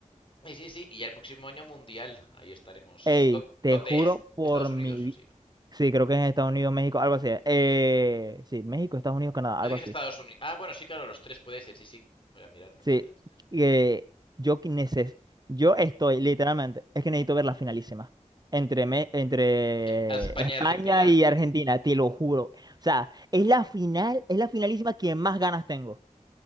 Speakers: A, on the left; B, on the right.
A: Y sí, sí, y ya el próximo año mundial, ahí estaremos.
B: Ey, te
A: ¿Dónde
B: juro
A: es?
B: por
A: Estados
B: mi...
A: Unidos,
B: vida,
A: sí.
B: Sí, creo que es en Estados Unidos, México, algo así. Eh, sí, México, Estados Unidos, Canadá,
A: no
B: algo
A: dice que
B: así.
A: es Estados Unidos. Ah, bueno, sí, claro, los tres puede ser, sí, sí. Voy a mirarlo
B: Sí,
A: mientras.
B: eh, yo que neces- yo estoy literalmente, es que necesito ver la finalísima entre, Me- entre
A: Eh, España
B: España
A: y Argentina.
B: y Argentina, te lo juro. O sea, es la final, es la finalísima que más ganas tengo.